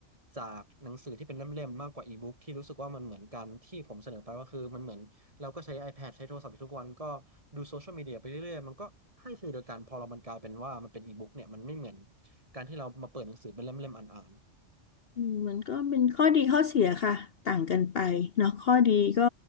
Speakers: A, on the right; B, on the left.
A: จากหนังสือที่เป็นเล่มๆมากกว่าอีบุ๊กที่รู้สึกว่ามันเหมือนกันที่ผมเสนอไปว่าคือมันเหมือนเราก็ใช้ iPad ใช้โทรศัพท์อยู่ทุกวันก็ดูโซเชียลมีเดียไปเรื่อยๆมันก็ให้ฟีลเดียวกันพอเรามันกลายเป็นว่ามันเป็นอีบุ๊กเนี่ยมันไม่เหมือนการที่เรามาเปิดหนังสือเป็นเล่มๆอ่าน
B: อืมมันก็เป็นข้อดีข้อเสียค่ะต่างกันไปเนาะข้อดีก็